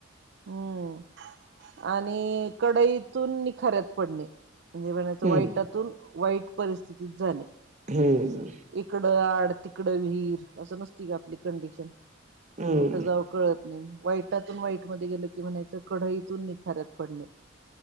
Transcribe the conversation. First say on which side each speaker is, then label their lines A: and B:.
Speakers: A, on the right; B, on the right.
A: हूं आणि कडईतून निखाऱ्यात पडणे, म्हणजे म्हणायचं
B: हम्म
A: वाईटातून वाईट परिस्थितीत जाणे.
B: हूं!
A: इकडं आड तिकडं विहीर, असं नसती का आपली कंडिशन
B: हम्म
A: कुठं जाऊ कळत नाही वाईटातून वाईट मध्ये गेलं की म्हणायचं, कढईतून निखाऱ्या त पडणे.